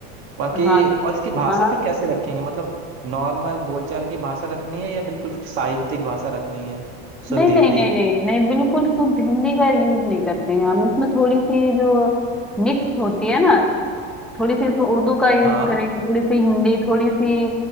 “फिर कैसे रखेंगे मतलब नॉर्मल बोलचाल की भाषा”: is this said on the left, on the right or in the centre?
Right